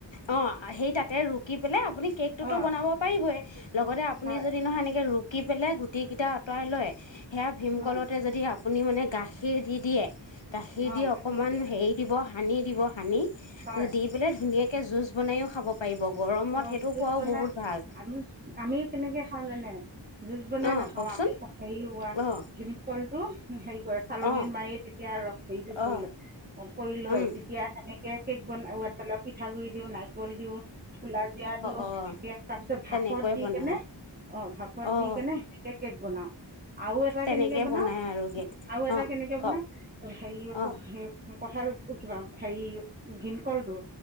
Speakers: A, on the left; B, on the right.
A: অ সেই তাতে ৰুকি পেলাই আপুনি কেকটোতো
B: অ
A: বনাব পাৰিবই লগতে আপুনি
B: হয়
A: যদি নহয় এনেকৈ ৰূপ থাকি পেলে গুটিকেইটা আঁতৰাই লয় সেয়া ভীমকলতে
B: অ
A: যদি হাব আপুনি মানে গাখীৰ দি দিয়ে গাখীৰ
B: অ
A: দি
B: গাখীৰ
A: অকমান
B: দিয়া
A: হেৰি দিব সানি দিব সানি
B: হয়
A: দি পেলাই ধুনীয়াকে জুচ বনাইও খাব পাৰিব গৰমত
B: অ
A: সেইটো
B: জুচ
A: খোৱাও
B: বনাই
A: বহুত ভাল
B: আমি আমি কেনেকে খাওঁ জানে জুচ বনাই
A: অঁ
B: নাখাওঁ
A: কওকচোন
B: আমি। সি হোৱা
A: অঁ
B: ডিম্পল অ হেৰি কৰে চালনী
A: অঁ
B: মাৰি তেতিয়া আৰু সেইটো
A: অঁ
B: কৰিলক কৰি লয়
A: অঁ
B: তেতিয়া সেনেকে কেক বনত পিঠাগ গুৰি দিও নাই কল দিওঁ কুলাজিয়া দিও
A: অঁ
B: সেনেকে তাৰ পিছত ভাপত
A: তেনেকৈ
B: দি
A: বনায়
B: কেনে অ ভাপত
A: অঁ
B: দি কেনে সেনেকে কেক বনাওঁ আৰু এটা
A: তেনেকৈ
B: কেনেকে বনাও
A: বনায় আৰু কেক
B: আৰু এটা
A: অঁ
B: কেনেকে
A: কওক
B: বনাও
A: অঁ
B: হেৰি কঠাল কিবা হেৰি ভীমকলটো